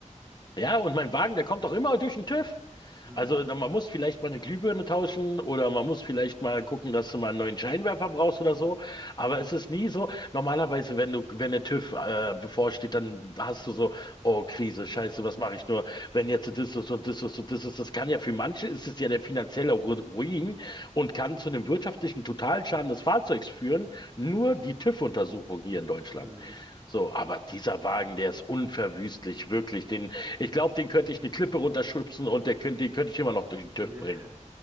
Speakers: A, on the left; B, on the right.
A: Ja, und mein Wagen, der kommt doch immer durch den TÜV.
B: Mhm.
A: Also dann, man muss vielleicht mal eine Glühbirne tauschen oder man muss vielleicht mal gucken, dass du mal einen neuen Scheinwerfer brauchst oder so. Aber es ist nie so. Normalerweise, wenn du, wenn der TÜV äh, bevorsteht, dann hast du so, oh Krise, Scheiße, was mache ich nur, wenn jetzt das ist und das ist und das ist. Das kann ja für manche ist es ja der finanzielle Ru- Ruin und kann zu einem wirtschaftlichen Totalschaden des Fahrzeugs führen. Nur die TÜV-Untersuchung hier in Deutschland.
B: Mhm.
A: So, aber dieser Wagen, der ist unverwüstlich, wirklich. Den, ich glaube, den könnte ich eine Klippe runterschubsen und der könnte, den könnte ich immer noch durch den
B: <laughs>
A: TÜV
B: Ja,
A: bringen.